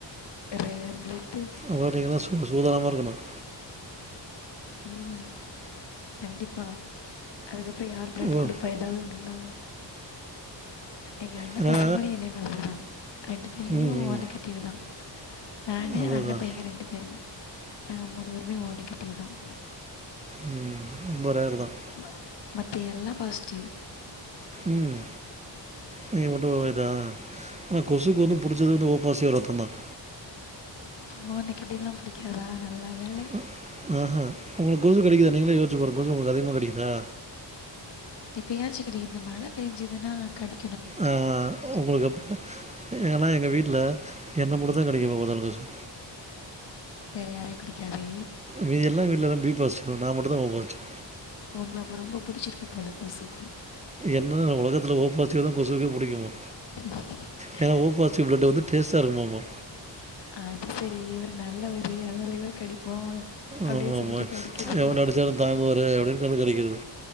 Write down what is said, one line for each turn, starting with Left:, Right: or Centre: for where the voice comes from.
Left: ரேர் பிளட்
Right: அவ நீங்கல்லாம் சூதனமா இருக்கணும்
Left: உம் கண்டிப்பா அதுக்கப்புற அப்பு யார் ப்ரெட்
Right: ஓ
Left: கொடுப்பா ஏதாவது ஒண்டுன்னா எங்க அண்ண
Right: ஏன்னா
Left: பசங்களும் என்னைய மாதிரி தான் ரெண்டு பையங்களும்
Right: ம் ம்
Left: ஒ நேககிட்டியவு தா நானு
Right: அதுதான்
Left: அண்ண பையங்க ரெண்டு பேரு நாங்கள் மூணு பேருமே ஓ நெகட்டிவ் தான்
Right: உம் ம் ஒரே ஆள்தான்
Left: ம மத்த எல்லா பாஸிட்டிவ்
Right: ம் நீங்க மட்டும் இதா ஆனா கொசுக்கு வந்து பிடிச்சது வந்து ஓப்பாசிடிவ் ரத்தம் தான்
Left: ஓ நெகட்டிவ் எல்லாம் பிடிக்காதா நல்ல வேளை
Right: உம் உஹம் உங்களுக்கு கொசு கடிக்குதா நீங்களே யோசிசி பாருங்க கொசு உங்களுக்கு அதிகமா கடிக்குதா
Left: இப்ப ஏயாச்சு கிடை இந்த மழை பெஞ்சுதுன்னா கடி
Right: ஆஹ் உங்களுக்கு எப் யானா எங்க வீட்டுல எனக்குமட்டுதான் கடிக்கும் எப்பபாத்தாலும் கொசு
Left: வேற யாரையும் கடிக்காது
Right: மீதி எல்லாம் வீட்டுலதான் பி பாஸ்ட் நான் மட்டும் தான் ஓ பாசிடிவ்
Left: உங்கள ரொம்ப புடிச்சிருக்கு போல கொசுக்கும்
Right: என்னன்னுல்லா உலகத்துல ஓ பாசிட்டிவ்தான் கொசுக்கே புடிக்குமா
Left: <inaudible>
Right: ஏன்னா ஓ பாசிட்டிவ் பிளட்டு வந்து டேஸ்ட்டா இருக்குமாமா
Left: அது சரி இவர் நல்லவர் அதனால இவர் கடிப்போம் அப்படின்னு
Right: ஆமாம்
Left: சொல்லிட்டு
Right: ஆமாம்
Left: கடிக்குது
Right: எவ்வளோ அடித்தாலும் தாங்குவார் அப்படின்னு கண்டு கிடைக்கிறது